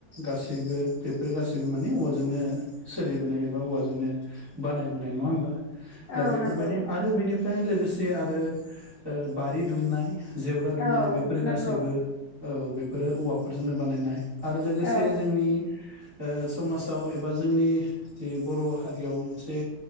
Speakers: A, on the right; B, on the left.
A: गासैबो बेफोरो गासैबो माने औवाजोंनो सोलिबोनाय एबा औवाजोंनो बानायबोनाय नङा होमबा? दा
B: औ
A: बेफोरबायदि
B: नंगौ
A: आरो बेनिफ्राय लोगोसे आरो ओ बारि ओ दुमनाय जेवरा दुमनाय
B: औ
A: बेफोर
B: नंगौ
A: गासैबो औ बेफोरो औवाफोरजोंनो बानायनाय आरो लोगोसे
B: औ
A: जोंनि ओ समाजाव एबा जोंनि जि बर' हारियाव मोनसे